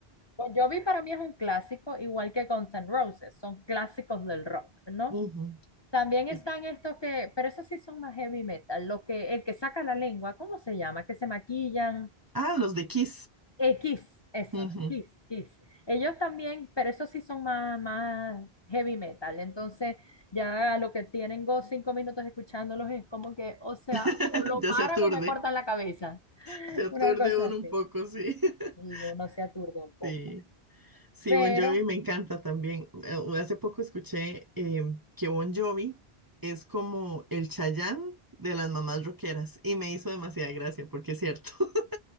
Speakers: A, on the left; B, on the right.
A: Bon Jovi para mí es un clásico, igual que Guns N' Roses, son clásicos del rock, ¿no?
B: Ujú.
A: También
B: Es-
A: están estos que, pero esos sí son más heavy metal, lo que, el que saca la lengua, ¿cómo se llama? Que se maquillan.
B: Ah, los de Kiss.
A: Eh, Kiss, eso,
B: Ujú.
A: Kiss, Kiss. Ellos también, pero esos sí son más, más heavy metal. Entonces, ya lo que tienen go cinco minutos escuchándolos es como que, o sea,
B: <laughs>
A: o lo
B: Ya
A: paran
B: se aturde.
A: o me cortan la cabeza. <laughs>
B: Se aturde
A: Una cosa
B: uno
A: así.
B: un poco, sí. <laughs>
A: Y uno se aturde un poco.
B: Sí. Sí,
A: Pero
B: Bon Jovi me encanta también. Eh, Hace poco escuché eh, que Bon Jovi es como el Chayanne de las mamás rockeras y me hizo demasiada gracia porque es cierto. <laughs>